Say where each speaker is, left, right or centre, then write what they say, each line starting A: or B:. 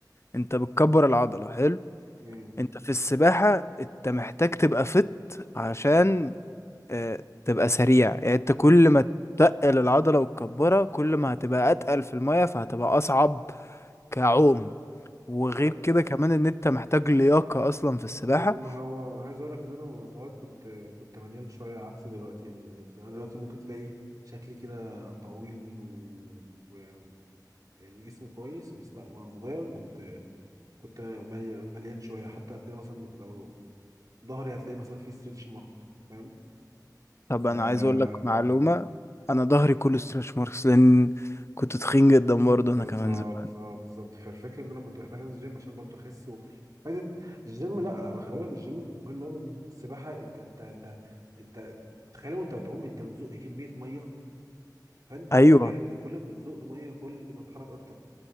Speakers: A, on the left; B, on the right.
A: انت بتكبر العضلة حلو
B: مم.
A: انت في السباحة انت محتاج تبقى فت عشان اه تبقى سريع يعني انت كل ما تتقل العضلة وتكبرها كل ما هتبقى اتقل في المية فهتبقى اصعب كعوم وغير
B: آه،
A: كده كمان ان انت محتاج لياقة اصلا في السباحة
B: بس ما هو عايز أقول لك إن أنا وأنا صغير كنت كنت مليان شوية عكس دلوقتي يعني يعني دلوقتي ممكن تلاقي شكلي كده طويل و... و... يعني جسمي كويس بس لا وأنا صغير كنت كنت ملي- مليان شويه حتى هتلاقي مثلا لو ظهري هتلاقي مثلا فيه ستريتش مارك فاهم
A: طب
B: ف
A: انا عايز اقول لك معلومة
B: أوه،
A: انا ظهري كله ستريتش ماركس لان كنت تخين جدا برضه
B: بالظبط
A: انا كمان زمان
B: اه بالظبط فالفكره ان انا كنت محتاج انزل الجيم عشان برضه اخس و... فايدة الجيم لا خلي بالك الجيم مهم قوي السباحه انت انت انت انت تخيل وانت بتعوم انت بتزق كميه ميه فانت
A: ايوه
B: الفكره ان كل ما بتزق ميه كل ما تتحرك اكتر